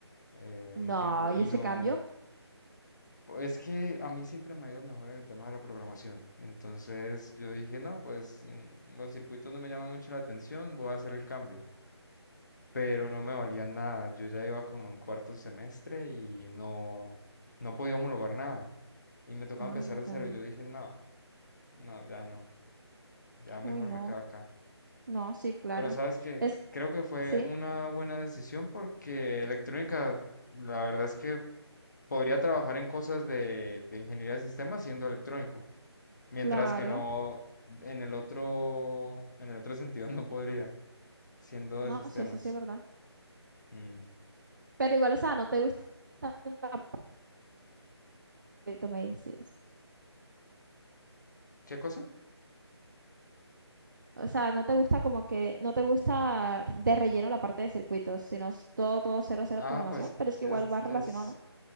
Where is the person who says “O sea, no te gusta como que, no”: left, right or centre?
Right